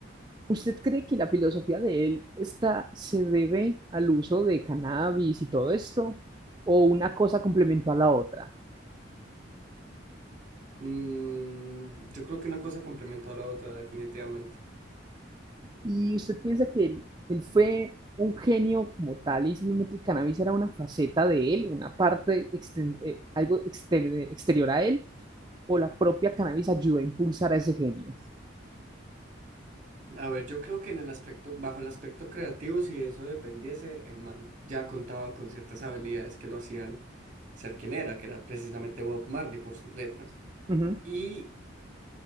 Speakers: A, on the right; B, on the right.
A: ¿Usted cree que la filosofía de él está, se debe al uso de cannabis y todo esto? ¿O una cosa complementó a la otra?
B: Mm, yo creo que una cosa complementó a la otra, definitivamente.
A: Y usted piensa que él, él fue un genio como tal y simplemente el cannabis era una faceta de él, una parte, exten- eh, algo exter- exterior a él, o la propia cannabis ayudó a impulsar a ese genio.
B: A ver, yo creo que en el aspecto, bajo el aspecto creativo, si eso dependiese, el man ya contaba con ciertas habilidades que lo hacían ser quien era, que era precisamente Bob Marley por sus letras.
A: Ujú.
B: Y